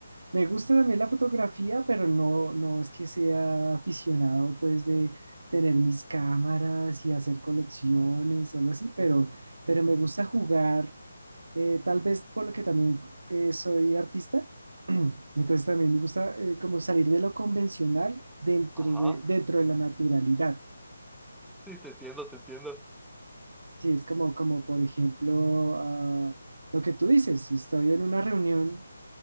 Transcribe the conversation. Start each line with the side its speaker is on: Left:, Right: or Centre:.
Right: me gusta también la fotografía, pero no, no es que sea aficionado pues de tener mis cámaras y hacer colecciones o algo así, pero, pero me gusta jugar Eh, tal vez por lo que también eh, soy artista, <clears throat> entonces también me gusta eh, como salir de lo convencional dentro
Centre: Ajá,
Right: de, dentro de la naturalidad.
Centre: sí, te entiendo, te entiendo.
Right: Sí, es como, como por ejemplo, ah, lo que tú dices, si estoy en una reunión,